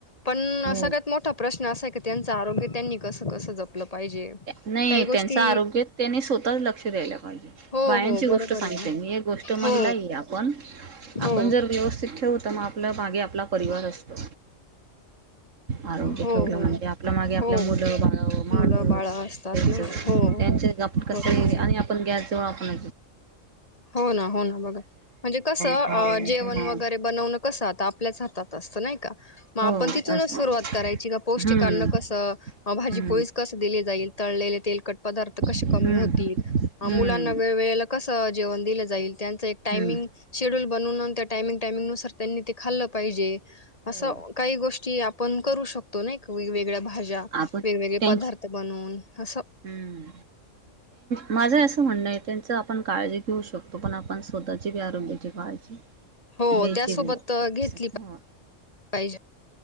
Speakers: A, on the left (about 30°); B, on the right (about 75°).
A: पण
B: हो.
A: सगळ्यात मोठा प्रश्न असा आहे की त्यांच आरोग्य त्यांनी कसं कसं जपलं. पाहिजे
B: नाही
A: काही गोष्टी
B: त्यांचं आरोग्य त्यांनी स्वतः लक्ष द्यायला पाहिजे.
A: हो
B: बायांची
A: हो
B: गोष्ट
A: बरोबर
B: सांगित
A: ना
B: आहे मी एक गोष्ट महिलाही
A: हो
B: आपण
A: हो
B: आपण जर व्यवस्थित ठेवत मग आपलं मागे आपला परिवार असतो. आरोग्य
A: हो
B: ठेवलं
A: हो
B: म्हणजे आपलं मागे आपलं
A: हो
B: मुलं बाळ
A: मुलं
B: माणूस
A: बाळ असतात
B: त्यांच
A: नाही का? हो
B: त्यांचे कसे
A: बरोबर आहे
B: आणि आपण गॅस जऊन आपण
A: हो ना हो ना बघा म्हणजे कस
B: खाऊन
A: जेवण
B: हा
A: वगैरे बनवणं कसं आता आपल्याच हातात अस नाही का मग
B: हो
A: आपण तिथूनच
B: असं
A: सुरुवात करायची का पौष्टिकांना
B: हम्म
A: कसं भाजी
B: हम्म
A: पोळीस कस दिली जाईल तळलेले तेलकट पदार्थ कसे
B: हम्म
A: कमी होतील
B: हम्म
A: मुलांना वेळवेळेला कस हो जेवण दिले जाईल त्यांचा एक टाइमिंग
B: हम्म
A: शेड्युल म्हणून नंतर टाइमिंग टाइमिंगनुसार त्यांनी ते खाल्लं पाहिजे
B: हो
A: असा काही गोष्टी आपण करू शकतो नाही का वेगवेगळ्या भाज्या
B: आपण
A: वेगवेगळे
B: त्यांच
A: पदार्थ बनून असं.
B: हम्म माझं असं म्हणणं आहे त्यांच आपण काळजी घेऊ शकतो पण आपण स्वतःची बी आरोग्याची काळजी
A: हो
B: घ्यायची
A: त्यासोबत
B: बी
A: घेतली
B: हो
A: पाहिजे.